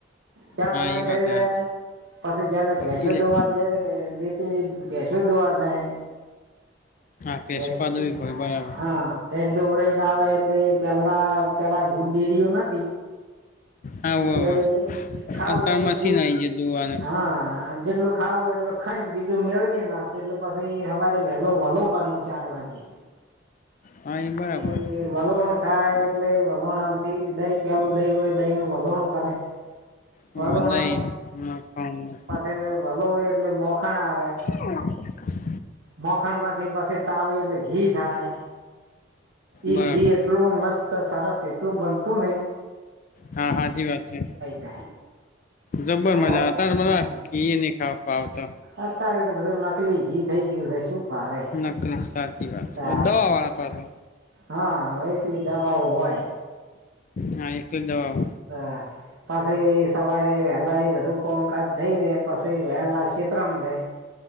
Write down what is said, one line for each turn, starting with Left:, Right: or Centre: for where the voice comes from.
Right: ચા
Left: હા
Right: પોણી
Left: એ
Right: થઈ
Left: વાત
Right: રહે
Left: હાચી
Right: પછી જેને ભેંસો
Left: પેલે
Right: દોવા દે તે ભેંસો દોવા જાય
Left: હા, ભેંસો
Right: ભેંસ
Left: દોવી પડે
Right: હા
Left: બરાબર.
Right: હા ભેસ દોવાઈ ના આવે એટલે પેલા પેલા દૂધ ડેરીઓ નથી
Left: હા, હોવે,
Right: એટલે
Left: હોવે.
Right: ખાવું
Left: અન તાર
Right: એટલ
Left: મશીન
Right: દૂધ
Left: આઈ ગયા દોવાનું.
Right: હા જેટલ ખાવું એટલે ખાઈ ને બીજું મેળવી નાખી એટલે પછી સવારે વહેલો વાલાવાનું ચાર વાગે
Left: હા, બરાબર.
Right: એ વલોવનો થાય એટલે વલણામથી દહી પ્યાલું દહી હોય દહી ન વલણું કરે
Left: હોવે
Right: વાલોણ
Left: દહીં, મખણ
Right: પછી વાલોવે એટલે મોખણ આવે
Left: <unintelligible>
Right: મખણમાંથી પછી તળે એટલે ઘી થાય ઈ
Left: બરાબર.
Right: ઘી એટલું મસ્ત તો સરસ એટલું બનતું નહીં
Left: હા સાાચી વાત છે
Right: જાય
Left: જબર
Right: ખાવાની
Left: મજા આવે
Right: હમ
Left: તાર ઈ ને ખાવા આવ તો
Right: અત્યારે તો બધું નકલી ઘી થઇ ગયું છે શું ભાવે
Left: નકલી સાચી વાત
Right: તારે
Left: છે દવા વાળા પાસે
Right: હા હરેક ની દવાઓ હોય
Left: હા એકલું જ દવા આવ
Right: હા પછી સવારે વહેલા એ બધું કોમકાજ થઈ રે પછી વહેલા શેત્રો થાય